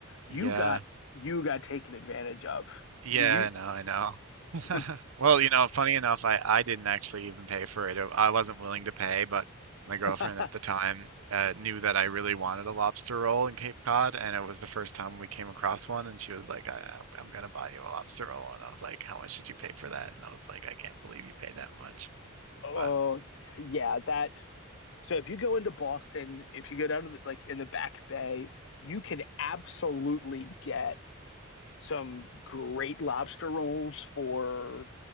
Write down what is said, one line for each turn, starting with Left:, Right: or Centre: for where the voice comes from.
Left: You
Right: <laughs> yeah,
Left: got you got taken advantage of.
Right: Yeah,
Left: You
Right: I know, I know. <laughs>
Left: the
Right: Well, you know, funny enough, I I didn't actually even pay for it. I wasn't willing to pay, but my girlfriend
Left: <laughs>
Right: at the time uh, knew that I really wanted a lobster roll in Cape Cod, and it was the first time we came across one, and she was like, I, I- "I'm gonna buy you a lobster roll," and I was like, "How much did you pay for that?" And I was like, "I can't believe you paid that much."
Left: oh
Right: But
Left: yeah, that so if you go into Boston, if you go down to the, like in the Back Bay, you can absolutely get some great lobster rolls for